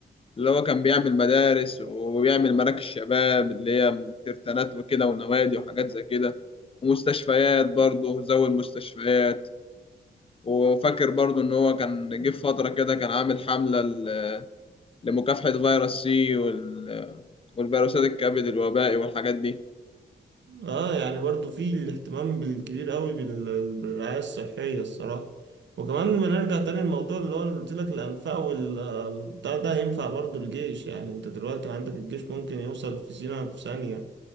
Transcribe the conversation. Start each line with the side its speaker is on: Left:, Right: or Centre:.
Left: اللي هو كان بيعمل مدارس وبيعمل مراكز شباب اللي هي كرتانات وكده ونوادي وحاجات زي كده ومستشفيات برضه زود مستشفيات وفاكر برضه إن هو كان جه في فترة كده كان عامل حملة ل- لمكافحة فيروس سي وال... والفيروسات الكبد الوبائي والحاجات دي
Right: اه يعني برضو في الاهتمام بالكبير قوي بال- بالرعاية الصحية الصراحة وكمان لما نرجع تاني الموضوع اللي هو اللي قلت لك الأنفاق والبتاع ده ينفع برضو الجيش يعني انت دلوقتي عندك الجيش ممكن يوصل في سينا في ثانية